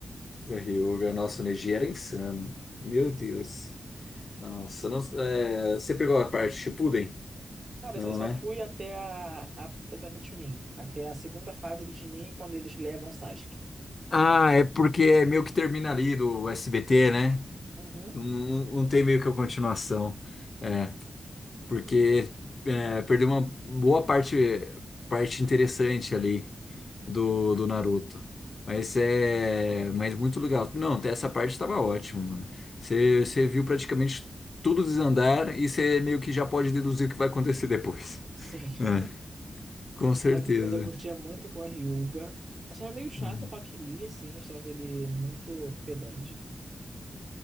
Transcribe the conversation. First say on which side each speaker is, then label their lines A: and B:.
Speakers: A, on the left; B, on the right.
A: Do Ryuga, nossa, o Neji era insano. Meu
B: Muito
A: Deus.
B: bom.
A: Nossa, não- é, você pegou a parte Shippuden?
B: Cara,
A: Não,
B: eu só
A: né?
B: fui até a, a exatamente Chunin. Até a segunda fase do Chunin, quando eles levam o Sasuke.
A: Ah, é porque é meio que termina ali do SBT, né?
B: Uhum.
A: Não, não- não tem meio que a continuação. É, porque é, perdeu uma boa parte, parte interessante ali do, do Naruto. Mas é, mas muito legal. Não, até essa parte estava ótimo, mano. Você, você viu praticamente tudo desandar e você meio que já pode deduzir o que vai acontecer <laughs> depois.
B: Sim.
A: É, com certeza.
B: Mas, mas eu curtia muito o Clã Hyuga. Achava meio chato
A: Hum.
B: o Rock Lee, assim, achava ele muito pedante.